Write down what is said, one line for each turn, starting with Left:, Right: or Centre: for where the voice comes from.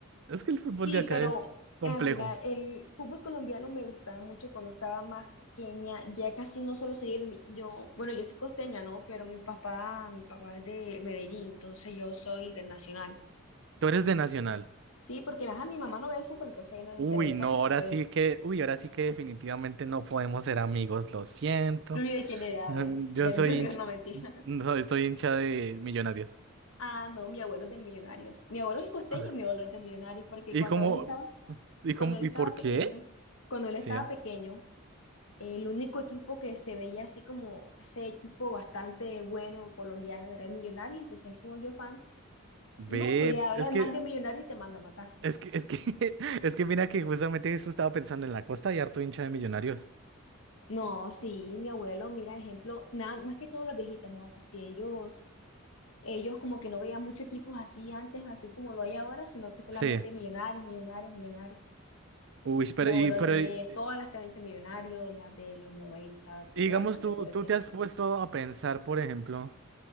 Right: Es que el fútbol
Left: Sí,
Right: de acá
Left: pero
Right: es complejo.
Left: ah, mira, el fútbol colombiano me gustaba mucho cuando estaba más pequeña, ya casi no solo seguir, mi- yo, bueno, yo soy costeña, ¿no? Pero mi papá, mi papá es de Medellín, entonces yo soy del Nacional.
Right: Tú eres de Nacional.
Left: Sí, porque ajá, mi mamá no ve fútbol, entonces a ella no le
Right: Uy,
Left: interesa
Right: no,
Left: eso,
Right: ahora
Left: pues.
Right: sí
Left: <laughs>
Right: que, uy, ahora sí que definitivamente no podemos ser amigos, lo siento.
Left: ¿Tú y de quién era?
Right: <laughs>
Left: A ver,
Right: Yo
Left: del
Right: soy
Left: Junior,
Right: hincha,
Left: no mentira.
Right: soy, soy hincha de Millonarios.
Left: Ah, no, mi abuelo es del Millonarios. Mi abuelo es costeño
Right: Ah.
Left: y mi abuelo es de Millonarios, porque
Right: ¿Y
Left: cuando
Right: cómo?
Left: él estaba,
Right: ¿Y cómo?
Left: cuando él
Right: ¿Y
Left: estaba
Right: por
Left: pequeño,
Right: qué?
Left: cuando él
Right: Sí,
Left: estaba
Right: ah.
Left: pequeño, el único equipo que se veía así como ese equipo bastante bueno colombiano era el Millonario, entonces él se volvió fan.
Right: ve,
Left: No, tú le hablas
Right: es que,
Left: mal de Millonario y te manda a matar.
Right: es que, es que, <laughs> es que mira que justamente eso estaba pensando en la costa y harto hincha de Millonarios.
Left: No, sí, mi abuelo, mira, ejemplo, ma- más que todos los viejitos, ¿no? Porque ellos, ellos como que no veían muchos equipos así antes, así como lo hay ahora, sino que solamente
Right: Sí.
Left: Millonarios, Millonarios, Millonarios.
Right: Uy, pero,
Left: Mi abuelo
Right: y, pero,
Left: tiene
Right: y-
Left: todas las camisas millonarios, las de los 90. tiene
Right: y digamos,
Left: bastantes
Right: tú,
Left: colecciones.
Right: tú te has puesto a pensar, por ejemplo,